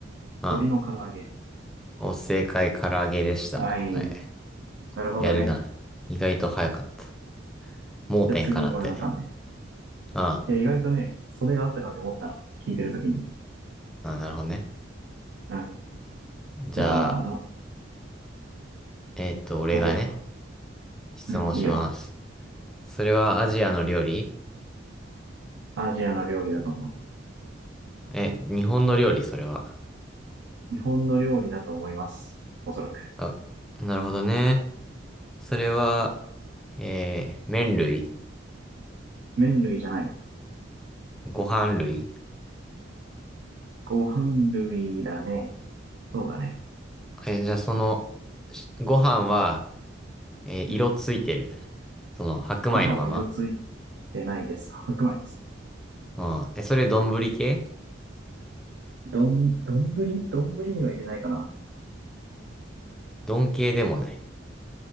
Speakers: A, in the centre; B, on the right.
A: うん。
B: 鶏の唐揚げ。
A: お、正解、唐揚げでした。
B: はい。
A: 答え。
B: なるほどね。
A: やるな。意外と早かった。盲点かなって。
B: じゃあ次、俺のターンね。
A: うん。あ、
B: いや、意外とね、それがあったかって思った。聞いてるときに。
A: なるほどね。
B: うん。
A: じゃあ、
B: じゃあ、
A: えっと、俺がね、
B: OK。
A: 質問します。
B: うん、いいよ。
A: それはアジアの料理
B: アジアの料理だと思う。
A: え、日本の料理、それは。
B: 日本の料理だと思います。おそらく。
A: あ、なるほどね。それは、えー、麺類
B: 麺類じゃない。
A: ご飯類
B: ご飯類だね。そうだね。
A: え、じゃあその、しご飯は、えー色ついてる。
B: うん。
A: その、白米のまま。
B: ご飯は色ついてないです。白米です。
A: うん。え、それ丼系
B: どん、どんぶりどんぶりには入れないかな。
A: 丼系でもない。